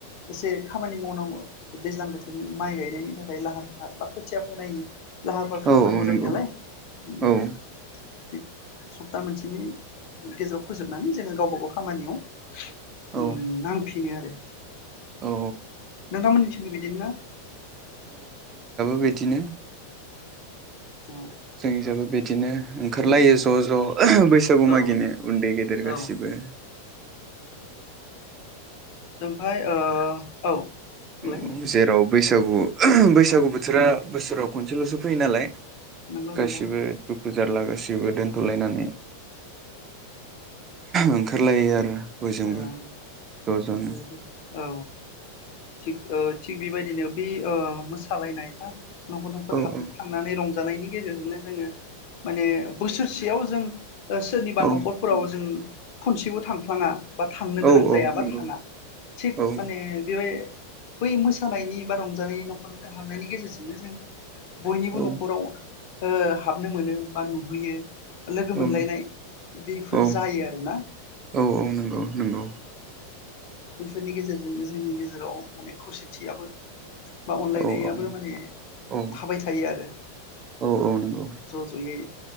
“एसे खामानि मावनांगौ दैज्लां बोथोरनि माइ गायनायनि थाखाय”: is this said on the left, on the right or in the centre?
Left